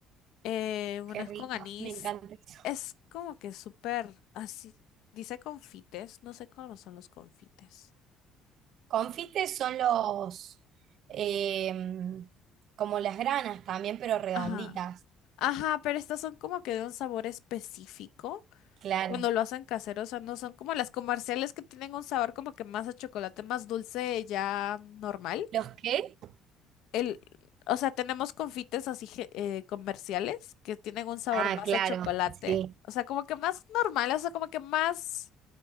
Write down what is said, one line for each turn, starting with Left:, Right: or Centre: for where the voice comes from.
Left: Eh, bueno,
Right: Qué
Left: es
Right: rico,
Left: con anís.
Right: me encanta eso.
Left: Es como que súper así. Dice confites. No sé cómo son los confites.
Right: Confites son los, em, como las granas también, pero redonditas.
Left: Ajá. Ajá, pero estas son como que de un sabor específico.
Right: Claro.
Left: Cuando lo hacen casero, o sea, no son como las comerciales que tienen un sabor como que más a chocolate, más dulce, ya normal.
Right: ¿Los qué?
Left: El, o sea, tenemos confites así ge- eh, comerciales que tienen un sabor
Right: Ah,
Left: más
Right: claro,
Left: a chocolate.
Right: sí.
Left: O sea, como que más normal, o sea, como que más.